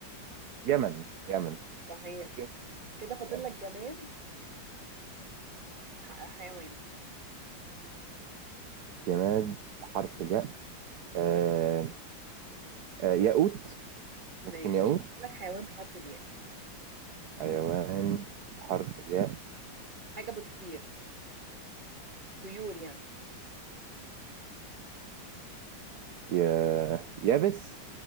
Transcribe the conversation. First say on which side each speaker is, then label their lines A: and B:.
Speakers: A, on the right (about 60°); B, on the right (about 25°).
A: يمن يمن
B: صحيح
A: ماشي
B: كده فاضل
A: يمن
B: لك جماد وحيوان
A: جماد بحرف الياء آه آه ياقوت
B: ماشي
A: ممكن ياقوت
B: فاضل لك حيوان بحرف الياء
A: حيوان بحرف الياء
B: حاجه بتطير طيور يعني
A: يا يابس